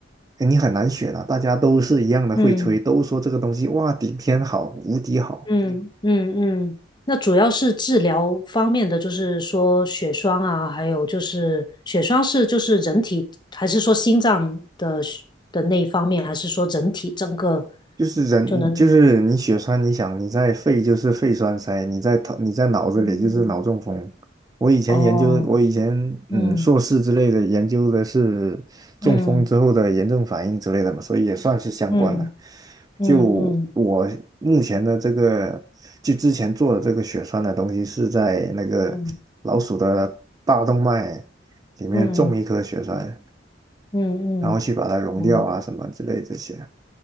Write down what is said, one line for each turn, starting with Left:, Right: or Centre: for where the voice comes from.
Right: 你很难选啊。大家都是一样的会吹，
Left: 嗯
Right: 都说这个东西哇顶天好，无敌好，
Left: 嗯嗯嗯。那主要是治疗方面的，就是说血栓啊，还有就是血栓是就是人体，还是说心脏的血的那一方面，还是说人体整个
Right: 就是人，
Left: 就能？
Right: 就是你血栓，你想你在肺就是肺栓塞，你在头你在脑子里就是脑中风。
Left: 嗯，
Right: 我以前研究，
Left: 哦，
Right: 我以前嗯硕士之类的研究的是中风之后的炎症反应之类的嘛，
Left: 嗯嗯。
Right: 所以也算是相关了。
Left: 嗯嗯嗯
Right: 就我目前的这个，就之前做的这个血栓的东西是在那个老鼠的大动脉
Left: 嗯
Right: 里面种一颗血栓，
Left: 嗯嗯嗯，
Right: 然后去把它溶掉啊什么之类这些。
Left: 嗯